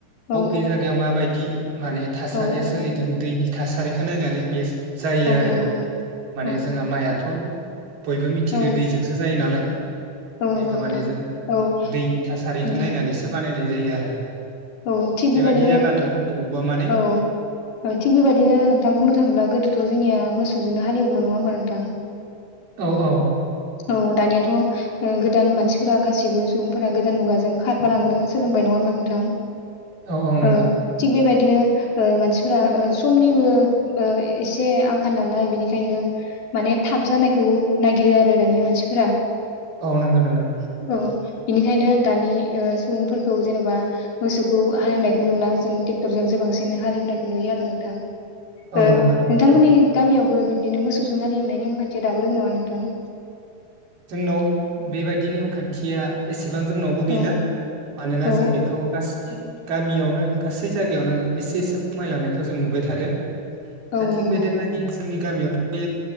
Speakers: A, on the right (about 85°); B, on the left (about 80°).
A: बबे
B: औ
A: जायगायाव मा बाय दि माने थासारिया
B: औ औ
A: सोलिदों दैनि थासारिखौ नायनानै बेस्ट जायो
B: औ
A: आरो
B: नंगौ
A: माने
B: औ
A: जोंहा माइया थ बयबो मिथिगौ
B: औ
A: दैजोंसो जायो नालाय
B: औ नंगौ
A: बेखौ
B: नोंथां
A: माने जों
B: औ
A: दैनि थासारिखौ
B: उम
A: नायनानैसो बानायनाय नाय जायो आरो
B: औ थिग
A: बेबायदि
B: बेबायदिनो
A: जायगा
B: औ
A: दोङो बबावबा माने
B: औ थिग बेबायदिनो नोंथां बुंनो थाङोब्ला गोदोथ' जोंनिया मोसौजोंनो हालेव वो मोन नङा होमबा नोंथां
A: औ औ
B: औ दानिया थ' गोदान मानसिफोरा गासिबो सुबुंफोरा गोदान मुगाजों खारफालांनो सोलोंबाय नङा होमबा नोंथां
A: औ औ नंगौ
B: ओ थिग बेबायदिनो ओ मानसिफोरा समनिबो एसे आंखाल नालाय बेनिखायनो माने थाब जानायखौ नागिरो आरो दानिया मानसिफोरा
A: औ नंगौ नंगौ
B: औ बेनिखायनो दानि सुबुंफोरखौ जेन'बा मोसौखौ हालेवनायखौ नुला जों ट्रेक्टरजों सो बांसिन हालेवनायखौ नुयो आरो नोंथां
A: औ
B: ओ
A: नंगौ नंगौ
B: नोंथांमोननि गामियावबो बिदिनो मोसौजों हालेवनायनि नेमखान्थिया दाबो दं नामा नोंथां
A: जोंनाव बेबायदि नेमखान्थिया एसे इसेबां जोंनावबो गैला
B: औ
A: मानोना
B: औ
A: जों बेखौ गासै गामियावनो गासै जागायावनो एसे एसे खमायलांनायखौ जों नुबाय थादो
B: औ
A: दा थिक
B: नंगौ
A: बेे <unintelligible> गामियाव